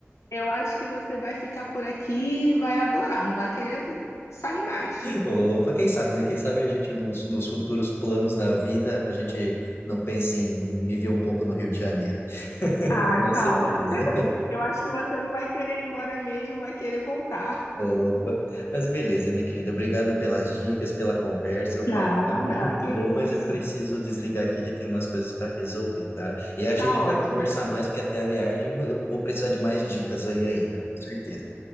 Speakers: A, on the left; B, on the left.
A: Eu acho que você vai ficar por aqui e vai adorar, não vai querer sair mais.
B: Opa, quem sabe, né? Quem sabe a gente, nos, nos futuros planos da vida, a gente não pense em viver um pouco no Rio de Janeiro. <laughs>
A: Ah,
B: Com
A: então.
B: certeza.
A: <laughs> Eu acho que você não vai querer ir embora mesmo, vai querer voltar.
B: Opa, mas beleza, minha querida. Obrigado pelas dicas, pela conversa. O
A: Nada,
B: papo tá muito
A: que
B: bom, mas
A: isso.
B: eu preciso desligar aqui que tem umas coisas para resolver, tá? E a gente
A: Tá ótimo.
B: vai conversar mais, porque até a viagem eu vou precisar de mais dicas aí ainda, com certeza.